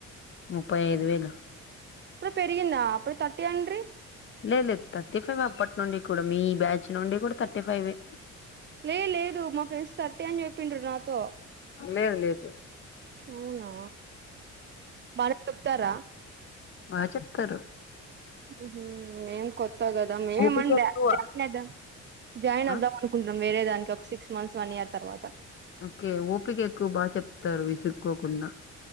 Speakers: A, on the left (about 40°); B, on the right (about 40°).
A: ముప్పై ఐదు వేలు
B: అప్పుడే పెరిగిందా అప్పుడు థర్టీఆండ్రి
A: లే లేదు థర్టీ ఫైవ్ అప్పటి నుండి కూడా మీ బ్యాచ్ నుండి కూడా థర్టీ ఫైవే
B: లే లేదు మా ఫ్రెండ్స్ థర్టీ అని చెప్పిండ్రు నాతో
A: లేదు లేదు
B: అవునా మన చెబుతర
A: బా చెప్తారు
B: ఉమ్ ఏం కోర్స్ ా కదా మేమేమండే
A: ఓపిక ఎక్కువ
B: జాయిన్ అవుదాం జాయిన్
A: ఆ
B: అవుదాం అనుకున్నాం వేరే దానికి ఒక సిక్స్ మంత్స్ వన్ ఇయర్ తర్వాత
A: ఓకే ఓపిక ఎక్కువ బాగా చెప్తారు విసుక్కోకుండా